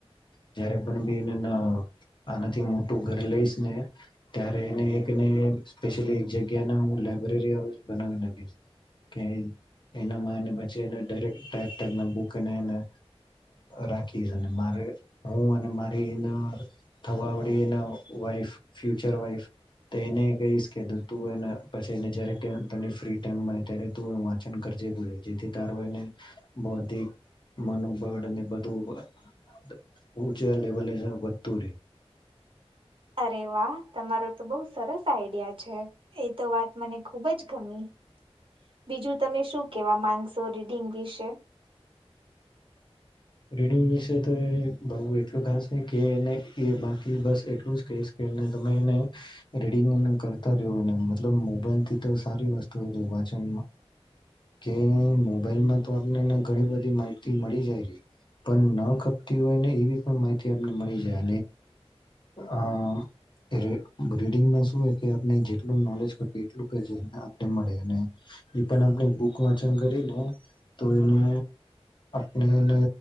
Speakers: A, on the left (about 45°); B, on the right (about 55°).
A: જયારે પણ બી એને આનાથી મોટું ઘર લઈશ ને ત્યારે એને એકને સ્પેશલી એક જગ્યાના હું લાયબ્રેરી બનાવી નાખીશ કે એનામાં એને બચેને રે ટાઈ ટાઈના બુકને એને રાખીશ અને મારે હું અને મારી એના થવા આવી એના વાઈફ ફ્યુચર વાઈફ તો એને કહીશ કે તું એને પછીને જ તને ફ્રી ટાઈમ મળે ત્યારે તું વાંચન કરજે બ જેથી ત બ મનોબળ અને બધું ચા લેવલે વધતું રહે
B: અ વાહ તમારો તો બઉ સરસ આઈડિયા છે તો વાત મને ખુબ જ ગમી બીજું તમે શું કેવા માંગશો. સો રીડિંગ વિશે.
A: રીડિંગ વિશે તો એ બ એટલું ખાસ છે કે એને એ બાકી બસ એટલું જ કહીશ કે તમે એને રીડિંગ કરતા રહ્યો મતલબ મોબાઈલથી તો સારી વસ્તુ વાચન કે મોબાઈલમાં તો આપને ઘણી બધી માહિતી મળે. ખ હોયને એવી પણ માહિતી આપને મળી જાય અને રીડંગ શ કે આપ જેટલું નોલેજ એટલું મળે એ પણ આપણે બુક વાચન કરીને તો એને. એને